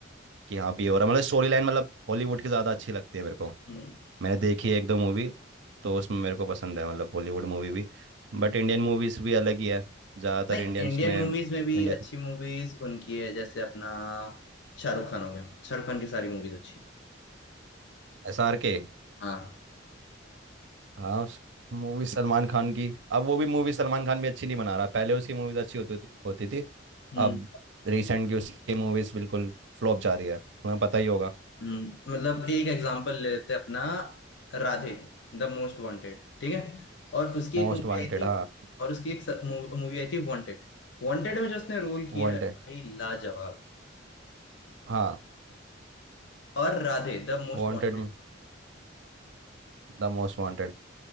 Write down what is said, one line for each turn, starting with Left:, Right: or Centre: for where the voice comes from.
Right: कि हाँ भी हो रहा है मतलब स्टोरी लाइन मतलब हॉलीवुड की ज्यादा अच्छी लगती है मेरे को
Left: हम्म
Right: मैंने देखी है एक दो मूवी तो उसमें मेरे को पसंद है मतलब हॉलीवुड मूवी भी
Left: हम्म।
Right: बट इंडियन मूवीज भी अलग ही है ज्यादातर
Left: नहीं
Right: इंडियंस
Left: इंडियन
Right: में
Left: मूवीज में भी
Right: इंडियन
Left: अच्छी मूवीज उनकी है जैसे अपना शाहरुख खान हो गया शाहरुख खान की सारी मूवीज अच्छी हैं।
Right: एस आर के
Left: हाँ
Right: हाँ उस मूवी सलमान खान की अब वो भी मूवी सलमान खान भी अच्छी नहीं बना रहा पहले उसकी मूवीज अच्छी होती थी होती थी
Left: हम्म
Right: अब रिसेंट की उसकी मूवीज बिल्कुल फ्लॉप जा रही है तुम्हें पता ही होगा
Left: हम्म, मतलब एक एग्जांपल ले लेते हैं अपना राधे द मोस्ट वांटेड ठीक है और उसकी
Right: मोस्ट
Left: एक मूवी
Right: वांटेड
Left: आई थी
Right: हाँ
Left: और उसकी एक मूवी आई थी वांटेड वांटेड में जो उसने रोल किया
Right: वांटेड
Left: है भाई लाजवाब
Right: हाँ
Left: और राधे द मोस्ट
Right: Wanted
Left: वांटेड
Right: the most wanted